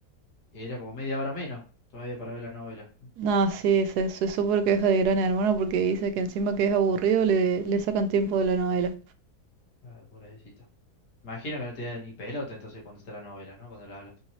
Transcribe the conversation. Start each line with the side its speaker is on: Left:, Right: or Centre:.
Left: era como media hora menos todavía para ver la novela.
Right: No, sí, se, se súper queja de Gran Hermano porque dice que encima que es aburrido le, le sacan tiempo de la novela.
Left: Claro, pobrecita. Imagino que no te da ni pelota entonces cuando está la novela, ¿no? Cuando la hablas.